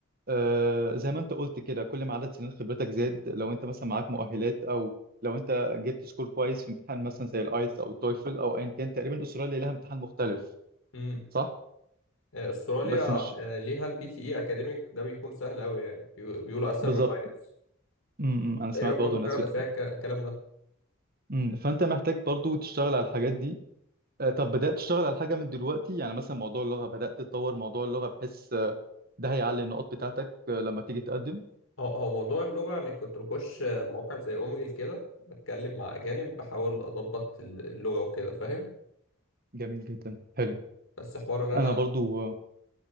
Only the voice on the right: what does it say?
آه، زي ما انت قلت كده كل ما عدد سنين خبرتك زاد لو انت مثلا معاك مؤهلات او لو انت جبت سكور كويس في امتحان مثلا زي الايلتس او التويفل او ايا كان تقريبا استراليا لها امتحان مختلف
صح
بس مش
بالظبط
امم انا
سمعت
برضه الناس
بتقول
امم فانت محتاج برضه تشتغل على الحاجات دي آه، طب بدأت تشتغل على حاجة من دلوقتي يعني مثلا موضوع اللغة بدأت تطور موضوع اللغة بحيث آه، ده هيعلي النقاط بتاعتك آه، لما تيجي تقدم
جميل جدا حلو
انا برضو